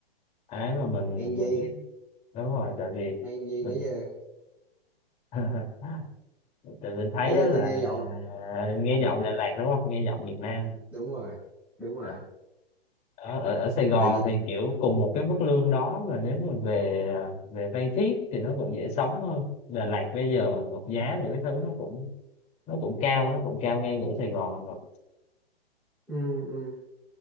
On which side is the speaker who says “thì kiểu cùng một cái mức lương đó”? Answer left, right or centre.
Left